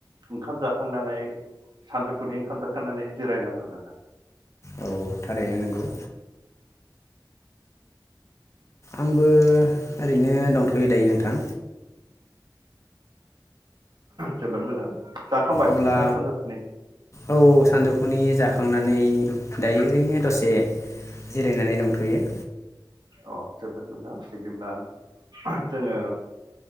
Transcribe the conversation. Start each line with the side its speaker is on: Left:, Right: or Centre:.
Right: ओंखाम जाखांनानै सानजौफुनि ओंखाम जाखांनानै जिरायनानै दं नोंथां।
Left: औ थारैनो नंगौ। आंबो ओरैनो दंथ'यो दायो नोंथां।
Right: जोबोद मोजां जाखांबाय
Left: अब्ला
Right: नोंथाङा सानजौफुनि
Left: औ सानजौफुनि जाखांनानै दायो ओरैनो दसे से जिरायनानै दंथ'यो।
Right: अ जोबोद मोजां बिदिब्ला जोङो